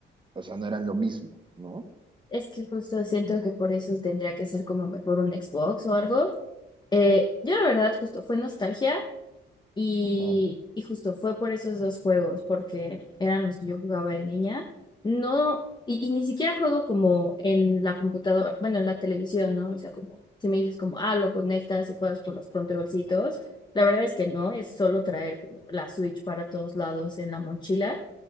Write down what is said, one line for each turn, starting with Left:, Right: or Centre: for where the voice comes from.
Right: o sea, no eran lo mismo, ¿no?
Left: Es que justo siento que por eso tendría que ser como mejor un Xbox o algo. Eh, yo la verdad, justo fue nostalgia Y,
Right: Ajá.
Left: y justo fue por esos dos juegos, porque eran los que yo jugaba de niña. No, y, y ni siquiera juego como en la computadora, bueno, en la televisión, ¿no? O sea, como si me dices como, ah, lo conectas y juegas con los controlcitos. La verdad es que no, es solo traer como la Switch para todos lados en la mochila.